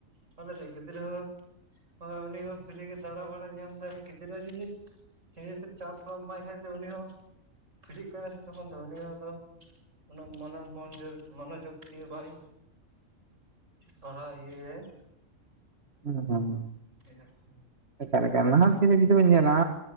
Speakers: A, on the right (about 65°); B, on the right (about 50°).
A: ᱛᱟᱦᱚᱞᱮ ᱥᱮ ᱜᱤᱫᱽᱨᱟᱹ ᱦᱚᱸ ᱩᱱᱤ ᱦᱚᱸ ᱥᱟᱹᱨᱤᱜᱮ ᱫᱟᱬᱟ ᱵᱟᱲ ᱧᱟᱢᱫᱟᱭ ᱜᱤᱫᱽᱨᱟᱹ ᱡᱩᱫᱤ ᱱᱤᱡᱛᱮ ᱪᱟᱯ ᱵᱟᱢ ᱮᱢᱟᱭ ᱠᱷᱟᱱ ᱫᱚ ᱩᱱᱤ ᱦᱚᱸ ᱯᱷᱤᱨᱤᱜ ᱠᱟᱱᱟᱭ ᱥᱮ ᱛᱚᱠᱷᱚᱱ ᱫᱚ ᱩᱱᱤ ᱦᱚᱸ ᱫᱚ ᱚᱱᱟ ᱢᱚᱱ ᱢᱚᱱ ᱢᱚᱱᱳᱚᱡᱜ ᱫᱤᱭᱮ ᱵᱟᱭ ᱯᱟᱲᱦᱟᱣ ᱤᱭᱟᱹᱭᱟᱭ
B: ᱦᱩᱸ ᱦᱩᱸ
A: ᱪᱮᱫ ᱟᱨᱠᱤ
B: <inaudible> ᱱᱟᱦᱟᱜ <inaudible> ᱧᱮᱞᱟ